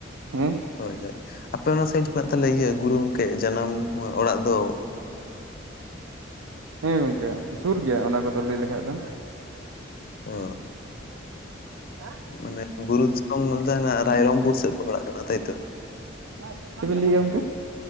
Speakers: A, on the right; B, on the left.
A: ᱦᱮᱸᱼᱼ
B: ᱦᱳᱭ ᱦᱳᱭ, ᱟᱯᱮ ᱚᱱᱟ ᱥᱟᱭᱤᱰ ᱢᱮᱱᱟᱜ ᱛᱟᱞᱮ ᱤᱭᱟᱹ ᱜᱩᱨᱩ ᱜᱚᱢᱠᱮ ᱡᱟᱱᱟᱢ ᱚᱲᱟᱜ ᱫᱚᱼᱼ
A: ᱦᱮᱸ ᱜᱚᱢᱠᱮ ᱥᱩᱨ ᱜᱮᱭᱟ ᱚᱱᱟ ᱠᱚᱫᱚ ᱞᱟᱹᱭ ᱞᱮᱠᱷᱟᱡ ᱫᱚ ᱾
B: ᱚ ᱾
A: ᱦᱮᱸ ᱾
B: ᱢᱟᱱᱮ ᱵᱩᱨᱩ ᱫᱤᱥᱚᱢ ᱛᱟᱸᱦᱮᱱᱟ ᱨᱟᱭᱨᱚᱢᱯᱩᱨ ᱥᱮᱫ ᱠᱚ ᱯᱟᱲᱟᱜ ᱠᱟᱱᱟ ᱛᱟᱭᱛᱚ ᱾
A: ᱪᱮᱫ <unintelligible> ᱵᱤᱱ ᱞᱟᱹᱭ ᱮᱫᱟ ᱜᱚᱝᱠᱮ?